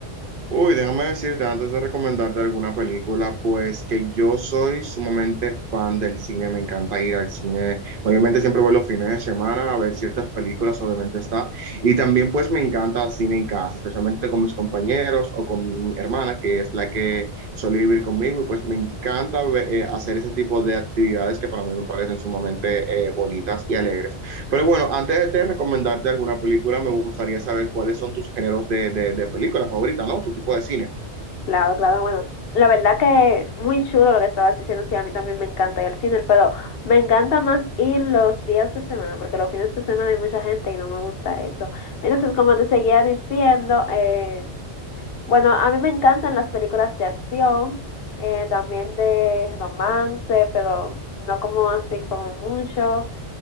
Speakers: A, on the right (about 60°); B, on the left (about 65°).
A: Uy, déjame decirte antes de recomendarte alguna película, pues que yo soy sumamente fan del cine, me encanta ir al cine, mayormente siempre voy los fines de semana a ver ciertas películas, obviamente está, y también pues me encanta el cine en casa, especialmente con mis compañeros o con mi hermana, que es la que suele vivir conmigo, y pues me encanta ve- eh, hacer ese tipo de actividades que para mí me parecen sumamente eh, bonitas y alegres. Pero bueno, antes de recomendarte alguna película, me gustaría saber cuáles son tus géneros de, de, de película favorita, ¿no? Tu tipo de cine.
B: Claro, claro, bueno. La verdad que muy chulo lo que estabas diciendo, sí, a mí también me encanta ir al cine, pero me encanta más ir los días de semana, porque los fines de semana hay mucha gente y no me gusta eso. Entonces, como te seguía diciendo, eh, Bueno, a mí me encantan las películas de acción, eh, también de romance, pero no como así como mucho.